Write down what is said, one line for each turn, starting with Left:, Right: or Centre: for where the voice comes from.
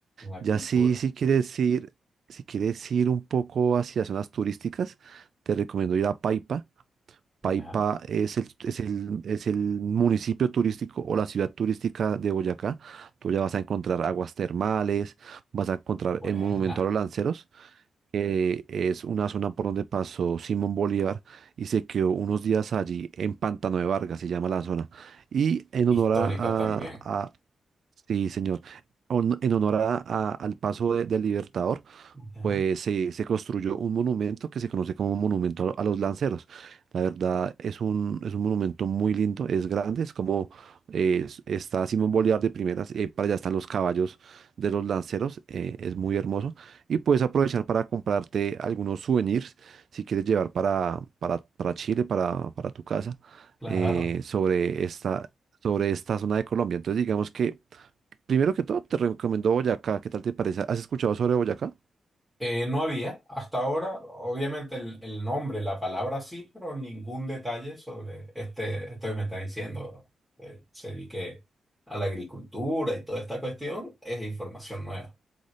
Centre: la
Right: Ya
Centre: cultura.
Right: si, si quieres ir, si quieres ir un poco hacia zonas turísticas, te recomiendo ir a Paipa.
Centre: Ya,
Right: Paipa es el, es el, es el municipio turístico o la ciudad turística de Boyacá. Tú ya vas a encontrar aguas termales, vas a encontrar
Centre: buena.
Right: el monumento a los lanceros que es una zona por donde pasó Simón Bolívar y se quedó unos días allí en Pantano de Vargas, se llama la zona. Y en
Centre: Histórico
Right: honor a, a-
Centre: también.
Right: a- sí, señor, on- en honor a- a- al paso de- del Libertador
Centre: Ya,
Right: pues se, se construyó un monumento que se conoce como Monumento a, los Lanceros. La verdad es un, es un monumento muy lindo, es grande, es como eh, es- está Simón Bolívar de primeras, y ahí para allá están los caballos de los lanceros, eh, es muy hermoso. Y puedes aprovechar para comprarte algunos souvenirs si quieres llevar para, para, para Chile, para, para tu casa,
Centre: claro.
Right: eh, sobre esta... sobre esta zona de Colombia. Entonces, digamos que, primero que todo, te recomiendo Boyacá. ¿Qué tal te parece? ¿Has escuchado sobre Boyacá?
Centre: Eh, no había hasta ahora, obviamente el, el nombre, la palabra sí, pero ningún detalle sobre este, esto que me está diciendo. Eh, se dedique a la agricultura y toda esta cuestión es información nueva.